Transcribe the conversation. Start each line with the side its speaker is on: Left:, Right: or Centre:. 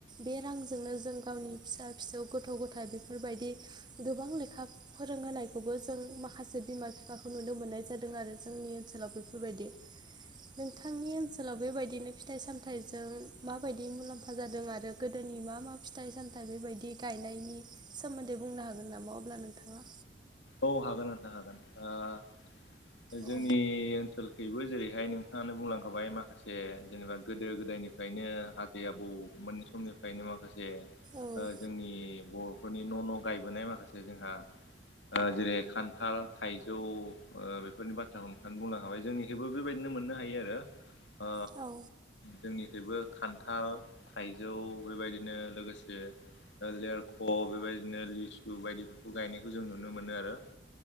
Right: बे रांजोंनो जों गावनि फिसा फिसौ गथ' गथाय बेफोरबायदि गोबां लेखा फोरोंहोनायखौबो जों माखासे बिमा बिफाखौ नुनो मोननाय जादों आरो जोंनि ओनसोलाव बेफोरबायदि। नोंथांनि ओनसोलाव बेबायदिनो फिथाइ सामथाइजों माबायदि मुलाम्फा जादों। आरो गोदोनि मा मा फिथाइ सामथाइ बेबायदि गायनायनि सोमोन्दै बुंनो हागोन नामा अब्ला नोंथाङा?
Left: औ हागोन नोंथां हागोन। ओ जोंनि
Right: औ
Left: ओन सोलखैबो जेरैहाय नोंथाङानो बुंलांखाबाय माखासे जेनेबा गोदो गोदायनिफ्रायनो आग जे आबौ मोन समनिफ्रायनो माखासे ओ
Right: औ
Left: जोंनि बर'फोरनि न' न' गायबोनाय माखासे जोंहा ओ जेरै खान्थाल, थाइजौ ओ बेफोरनि बाथ्राखौ नोंथाङानो बुंलांखाबाय जोंनिखैबो बेबायदिनो मोननो हायो आरो। आ
Right: औ
Left: जोंनिखैबो खान्थाल, थाइजौ बेबायदिनो लोगोसे ओ लेरख' बेबायदिनो लिसु बायदिफोरखौ गायनायखौ जों नु नो मोनो आरो